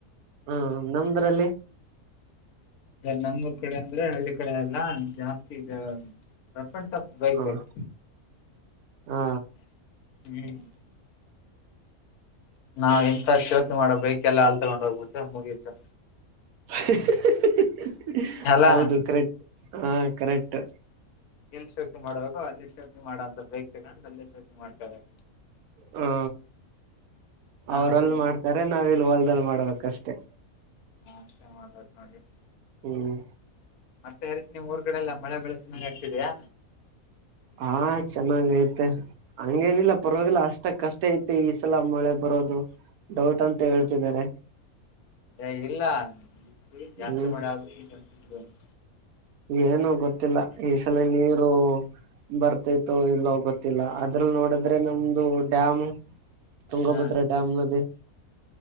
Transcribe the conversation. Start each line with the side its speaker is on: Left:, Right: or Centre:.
Right: ಹಾ ನಮ್ದರಲ್ಲಿ
Left: ನಮ್ಮೂರ್ ಕಡೆ ಅಂದ್ರೆ ಹಳ್ಳಿ ಕಡೆ ಎಲ್ಲಾ ಜಾಸ್ತಿ ರಫ್ ಅಂಡ್ ಟಫ್ ಬೈಕಬೇಕು
Right: ಹ ಹಾ
Left: ಹ್ಮ್ ನಾವ್ ಎಂತ ಶೋಕಿ ಮಾಡೋ ಬೈಕ್ ಕ್ಕೆಲ್ಲಾಲ್ ಅಲ್ ತಗೊಂಡೆಲ್ಲ ಹೋಗ್ಬಿಟ್ರೆ ಮುಗೀತು
Right: <unintelligible>
Left: ಅಲ್ಲಾ
Right: ಹೌದು ಕರೆಟ್ ಹಾ ಕರೆಕ್ಟ್
Left: ಎಲ್ ಶೋಕಿ ಮಾಡ್ಬೇಕು ಅಲ್ಲಿ ಶೋಕಿ ಮಾಡಂತ ಬೈಕ್ ತಗೊಂಡು ಅಲ್ಲೇ ಶೋಕಿ ಮಾಡ್ಕೋಬೇಕು
Right: ಹಾ
Left: ಹಾ
Right: ಅವ್ರಲ್ಲಿ
Left: ಅದ
Right: ಮಾಡ್ತಾರೆ ನಾವಿಲ್ ಹೊಲ್ದಲ್ಲಿ ಮಾಡ್ಬೇಕಷ್ಟೆ.
Left: ಹಾ ಅಷ್ಟೇ ಮಾಡ್ಬೇಕ್ ನೋಡಿ.
Right: ಹ್ಮ್
Left: ಮತ್ತೆ ಹರಿಶ್ ನೀಮ್ ಊರ್ ಕಡೆಲ್ಲ ಮಳೆ ಬೆಳೆ ಚೆನ್ನಾಗ್ ಆಗ್ತಿದ್ಯಾ?
Right: ಹಾ ಚೆನ್ನಾಗೈತೆ ಹಂಗೇನಿಲ್ಲ ಪರವಾಗಿಲ್ಲ ಅಷ್ಟಕ್ಕಷ್ಟೇ ಐತಿ ಈಸಲ ಮಳೆ ಬರೋದು ಡೌಟ್ ಅಂತ ಹೇಳ್ತಿದ್ದಾರೆ.
Left: ಏ ಇಲ್ಲ <unintelligible> ಜಾಸ್ತಿ
Right: ಹ್ಮ್
Left: ಮಳೆಯಾಗುತ್ತೆ <unintelligible>
Right: ಏನು ಗೊತ್ತಿಲ್ಲ ಈ ಸಲ ನೀರ್ ರು ಬರ್ತೈತೋ ಇಲ್ಲೋ ಗೊತ್ತಿಲ್ಲ ಅದ್ರಲ್ಲಿ ನೋಡಿದ್ರೆ ನಮ್ದು ಡ್ಯಾಮು ತುಂಗಭದ್ರಾ
Left: ಹಾ
Right: ಡ್ಯಾಮ್ ನದಿ